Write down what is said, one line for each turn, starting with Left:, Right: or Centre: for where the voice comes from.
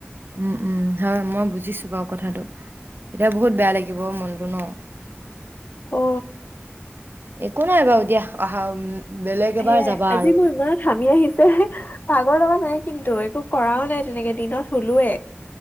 Right: উম উম, হয়। মই বুজিছো বাৰু কথাটো। তেতিয়া বহুত বেয়া লাগিব মনটো ন।
Left: অ
Right: একো নাই বাৰু দিয়া। অহা উম বেলেগ এবাৰ
Left: হেয়াই।
Right: যাবা
Left: আজি
Right: আৰু
Left: মোৰ ইমান হামি আহিছে। ভাগৰ লগা নাই কিন্তু। একো কৰাও নাই তেনেকে, দিনত শোলোয়ে।